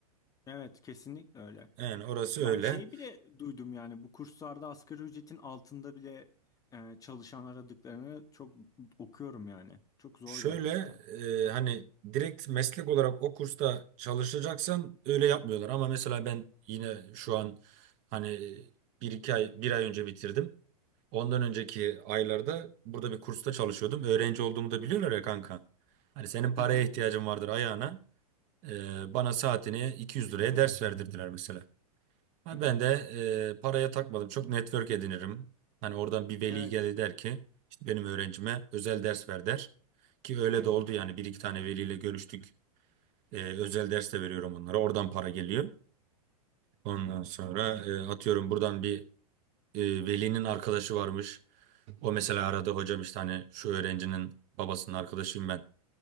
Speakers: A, on the left; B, on the right.
A: Evet, kesinlikle öyle.
B: Yani orası
A: Ben
B: öyle.
A: şey bile duydum yani bu kurslarda asgari ücretin altında bile e, çalışan aradıklarını çok okuyorum yani. Çok zor
B: Şöyle
A: gerçekten.
B: eee, hani direkt meslek olarak o kursta çalışacaksan öyle yapmıyorlar. Ama mesela ben yine şu an hani bir iki ay bir ay önce bitirdim. Ondan önceki aylarda burada bir kursta çalışıyordum. Öğrenci olduğumu da biliyorlar ya kanka. Hani senin paraya
A: Hı hı.
B: ihtiyacın vardır ayağına. Ee, bana saatini 200 liraya ders verdirdiler mesela. Ha,
A: Hı.
B: ben de e, paraya takmadım. Çok network edinirim. Hani oradan bir veli
A: Evet.
B: gelir der ki işte benim öğrencime özel ders ver der. Ki öyle de oldu yani bir iki tane veliyle görüştük. Ee, özel ders de veriyorum onlara. Oradan para geliyor. Ondan sonra e, atıyorum buradan bir e, velinin arkadaşı varmış. O mesela aradı hocam işte hani şu öğrencinin babasının arkadaşıyım ben.